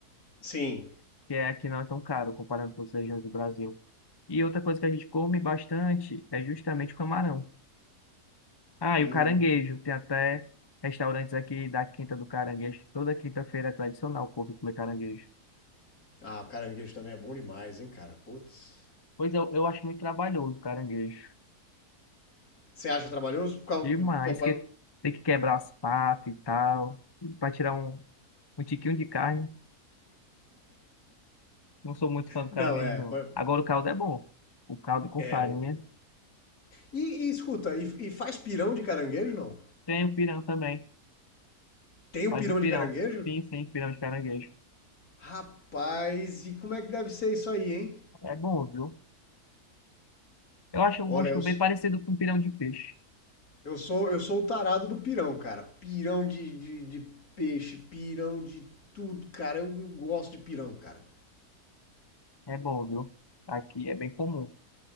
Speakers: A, on the left (about 70°); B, on the left (about 20°).
A: Sim.
B: Que é, aqui não é tão caro comparando com as regiões do Brasil. E outra coisa que a gente come bastante é justamente o camarão. Ah,
A: Hum.
B: e o caranguejo. Tem até restaurantes aqui da Quinta do Caranguejo, que toda quinta-feira é tradicional o povo comer caranguejo.
A: Ah, o caranguejo também é bom demais, hein, cara? Putz.
B: Pois eu, eu acho muito trabalhoso o caranguejo.
A: Você acha trabalhoso? Por causa-
B: Demais,
A: pô, pra-
B: que tem que quebrar as patas e tal, pra tirar um, um tiquinho de carne. Não sou muito fã do caranguejo,
A: Não, é.
B: não.
A: pô,
B: Agora o caldo é bom. O caldo com
A: É.
B: farinha.
A: o- E, e escuta, e, e faz pirão de caranguejo, não?
B: Tem o pirão também.
A: Tem o
B: Faz
A: pirão
B: o pirão.
A: de caranguejo?
B: Sim, sim, pirão de caranguejo.
A: Rapaz, e como é que deve ser isso aí, hein?
B: É bom, viu? Eu acho o
A: Olha,
B: gosto
A: eu, s-
B: bem parecido com pirão de peixe.
A: eu sou eu sou o tarado do pirão, cara. Pirão de, de, de peixe, pirão de tudo, cara. Eu, eu gosto de pirão, cara.
B: É bom, viu? Aqui é bem comum